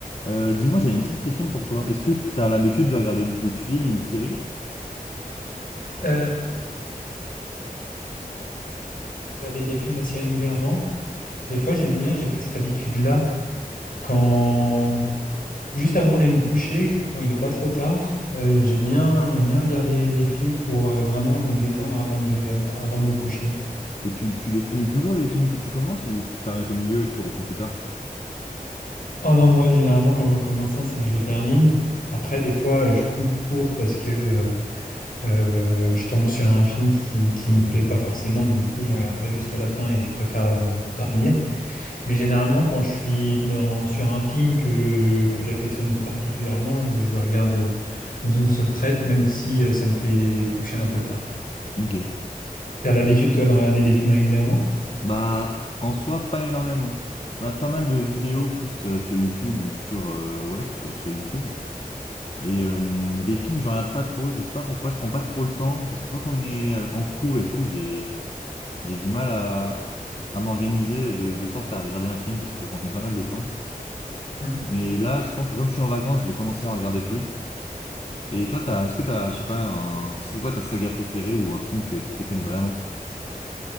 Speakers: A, on the left (about 40°); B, on the left (about 65°).
A: Euh, dis-moi, j'ai une petite question pour toi. Est-ce que tu as l'habitude de regarder beaucoup de films ou de séries?
B: Euh, regarder des films assez régulièrement. Des fois, j'aime bien, j'ai pris cette habitude-là. Quand juste avant d'aller me coucher, quand il n'est pas trop tard, euh, j'aime bien, j'aime bien regarder des films pour euh, vraiment me détendre avant de, avant de me coucher.
A: Et tu, tu les finis toujours les films que tu commences ou tu t'arrêtes au milieu et tu reprends plus tard?
B: Oh non, moi, généralement, quand je commence un, c'est que je le termine. Après, des fois, euh, je coupe court parce que euh, euh, je tombe sur un film qui, qui me plaît pas forcément. Donc, du coup, je le regarde pas jusqu'à la fin et je préfère euh, dormir. Mais généralement, quand je suis dans, sur un film que, que j'affectionne particulièrement, je le regarde euh, d'une seule traite, même si euh, ça me fait coucher un peu tard.
A: Ok.
B: T'as l'habitude, toi, de regarder des films régulièrement?
A: Bah, en soi, pas énormément. Je regarde pas mal de vidéos plus euh, sur YouTube ou sur, euh, ouais, sur, sur YouTube. Et euh, des films, je regarde pas trop. Je sais pas pourquoi, je prends pas trop le temps. Parce que quand on est euh, en cours et tout, j'ai, j'ai du mal à, à m'organiser de, de sorte à regarder un film parce que ça prend quand même pas mal de temps.
B: Hmm.
A: Mais là, je pense que comme je suis en vacances, je vais commencer à en regarder plus. Et toi, t'as, est-ce que t'as, je sais pas, un, ce serait quoi ta saga préférée ou un film que, que t'aimes vraiment?